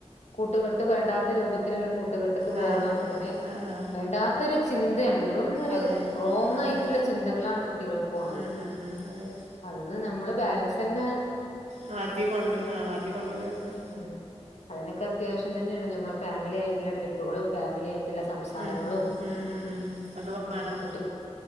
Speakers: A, on the left (about 75°); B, on the right (about 80°).
A: കൂട്ടുകെട്ട് വേണ്ടാത്ത രൂപത്തിലലേം കൂട്ടുകെട്ടക്ക് പോണം
B: ആ അതെ
A: അങ്ങനെ
B: ആ ആ
A: വേണ്ടാത്ത ഒരു ചിന്തയാണ് വെറും ഒരു
B: അതെ
A: റോങ്ങയിട്ടുള്ള
B: ഉം ഉം
A: ചിന്തകളാണ് കുട്ടികൾക്ക് പോണത്.
B: ഉം ഉം ഉം അതെ
A: അതന്ന് നമ്മള് പേരൻസന്നെ
B: മാറ്റിക്കൊണ്ട് ആഹ് മാറ്റിക്കൊണ്ട് വരണം.
A: ഉ അതിനൊക്കെ അത്യാവശ്യം തന്നെയാണ് നമ്മെ ഫാമിലി ആയിട്ടുള്ള ട്രിപ്പുകളും ഫാമിലി ആയി ട്ടുള്ള സംസാരങ്ങളും
B: ഉം ഉം ഉം ഉം അത് വേണം
A: ഉം കൂട്ടി കു